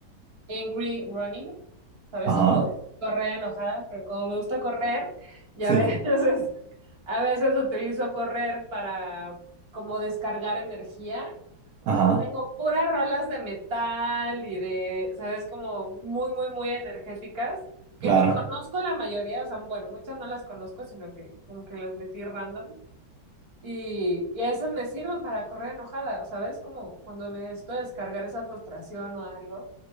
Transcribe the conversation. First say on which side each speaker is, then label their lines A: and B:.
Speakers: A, on the right; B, on the right.
A: Angry Running, ¿sabes?
B: Ajá.
A: Como de correr enojada, pero como me gusta correr, y
B: Sí.
A: a veces, <laughs> a veces utilizo correr para como descargar energía.
B: Ajá.
A: Tengo puras rolas de metal y de, ¿sabes? Como muy, muy, muy energéticas, que
B: Claro.
A: ni conozco la mayoría, o sea, bueno, muchas no las conozco, sino que como que las metí random. Y, y esas me sirven para correr enojada, o sabes, como cuando necesito descargar esa frustración o algo.